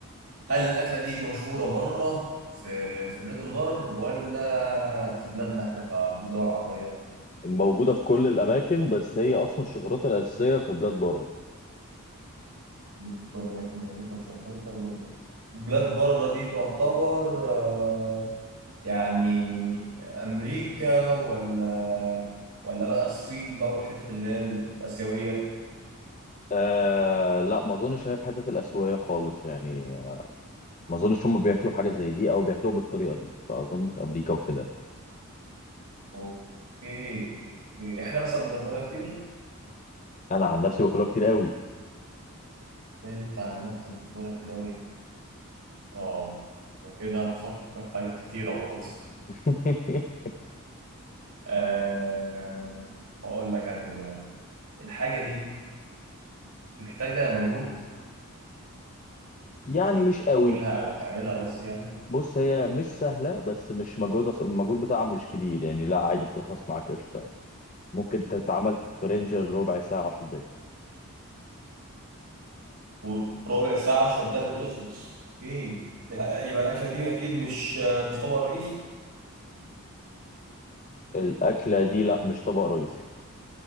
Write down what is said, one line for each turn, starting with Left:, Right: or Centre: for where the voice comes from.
Right: هل الاكلة دي مشهورة بره في في بلاد الغرب ولا في بلادنا احنا كدول عربية
Left: موجوده في كل الاماكن بس هي اصلا شهرتها الاساسيه في بلاد بره
Right: في الأماكن الأماكن شهرتها بلاد بره بلاد بره دي تعتبر آه، يعني أمريكا ولا ولا بقى الصين بقى والحتت اللي هي الآسيوية
Left: آه لا ما اظنش ان هي في حته الاسيويه خالص يعني ما اظنش هم بياكلوا حاجه زي دي او بياكلوها بالطريقه دي فاظن في امريكا وكده
Right: أوكي أوكي إحنا مثلا بناكلها كتير
Left: انا عن نفسي باكلها كتير قوي
Right: أنت عن نفسك بتاكلها كتير أوي آه أنا كده هفكر في حاجات كتيرة برضه
Left: <laughs>
Right: <laughs> آه، هقول لك أنا دلوقتي الحاجة دي محتاجة مجهود
Left: يعني
Right: عشان
Left: مش قوي
Right: تاكلها أو تعملها قصدي يعني
Left: بص هي مش سهله بس مش مجهود المجهود بتاعها مش كبير يعني لا عادي بتخلص معاك قشطه يعني ممكن تتعمل في رينجر ربع ساعه 10 دقايق
Right: وربع ساعة 10 دقايق وتخلص ايه يبقى الأكلة دي أكيد مش مش طبق رئيسي
Left: الاكله دي لا مش طبق رئيسي